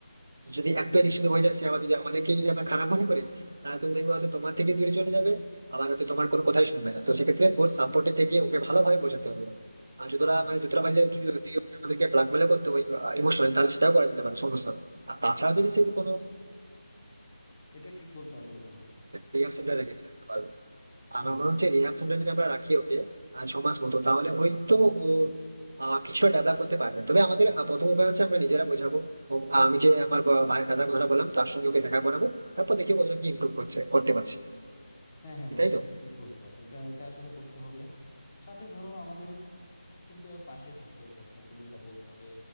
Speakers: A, on the right; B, on the left.
A: যদি
B: হুম
A: একটু
B: হুম
A: এদিক সেদিক হয়ে যায় সে আবার যদি আমাদেরকে যদি আবার খারাপ মনে করে তাহলে তুমি দেখবে হয়তো তোমার থেকে দূরে চলে যাবে আবার হয়তো তোমার কোনো কথাই শুনবে না তো সেক্ষেত্রে ওর সাপোর্টে থেকে ওকে ভালোভাবে বোঝাতে হবে আর যতটা
B: হুম হুম
A: মানে যতটা মানে যদি যদি ওকে আমাদেরকে ব্ল্যাকমেল করতে হয় ইমোশনাল তাহলে সেটাও করা যেতে পারে সমস্যা নেই। আর তাছাড়া
B: হুম হুম।
A: যদি সে কোনো
B: এটা ঠিক বলছো আসলে বন্ধু
A: রিয়াকশনটা রেখে আসতে পারবে আমার
B: হুম
A: মনে
B: হুম
A: হচ্ছে রিহার্সালটা যদি আমরা রাখি ওকে আহ, ছ মাস মতো তাহলে হয়তো ও আহ, কিছুটা ডেভেলপ করতে পারবে তবে আমাদের আহ, প্রথম উপায় হচ্ছে আমরা নিজেরা বোঝাবো এবং আমি যে আমার বা- ভাই দাদার কথাটা বললাম তার সঙ্গে ওকে দেখা করাবো তারপর দেখি ও কতটা কি ইমপ্রুভ করছে করতে পারছে
B: হ্যাঁ হ্যাঁ
A: কি
B: বন্ধু
A: তাই তো
B: একদম ঠিক বলছো এটা এটা আসলে করতে হবে সাথে ধরো আমাদের কিন্তু ওর পাশে থাকতে হবে সবসময় তুমি যেটা বলছো যে